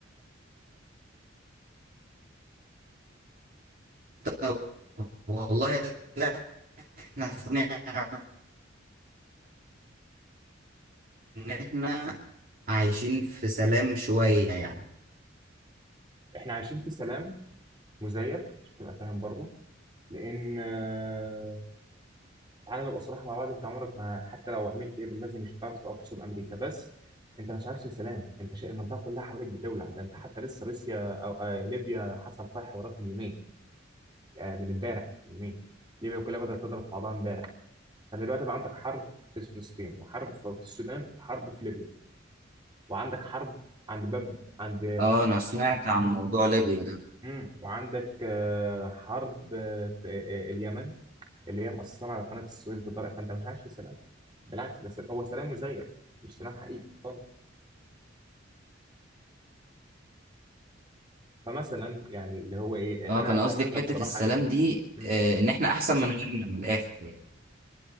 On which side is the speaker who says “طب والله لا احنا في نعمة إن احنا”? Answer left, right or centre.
Right